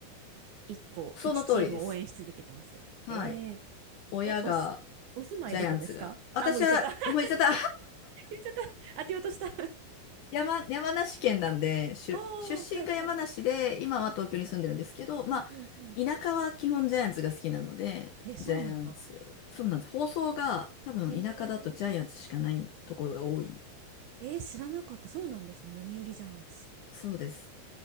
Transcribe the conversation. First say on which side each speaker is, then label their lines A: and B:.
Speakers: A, on the right (about 80°); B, on the left (about 80°).
A: 一個、
B: その通りです。
A: 一チームを応援し続けてます。
B: はい。
A: えー、
B: 親が、
A: え、おす、お住まいどこですかあ、
B: ジャイアンツが。私は、
A: もう言っちゃった。<laughs>
B: もういちゃった。
A: 言っちゃった。当てようとした。<laughs> あ
B: 山、山梨県なんで、出出身が山梨で、
A: あ、はいはい。
B: 今は東京に住んでるんですけど、
A: うん
B: まあ、
A: うんうんうん。
B: 田舎は基本ジャイアンツが好きなので、
A: え、そうなんだ。
B: ジャイアンツ、そうなんです。放送が多分田舎だとジャイアンツしかないところが多い。
A: おーえー知らなかった。そうなんですね。読売ジャイアンツ。
B: そうです。